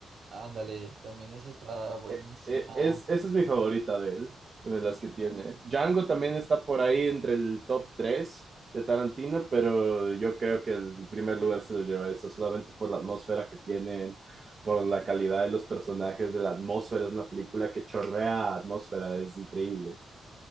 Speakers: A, on the right; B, on the right.
A: ándale, también esa está buenísima,
B: Eh, eh, es, esa es mi favorita de él, de las que tiene. Django también está por ahí entre el top 3 de Tarantino, pero yo creo que el primer lugar se lo lleva esa, solamente por la atmósfera que tienen, por la calidad de los personajes, de la atmósfera. Es una película que chorrea atmósfera, es increíble.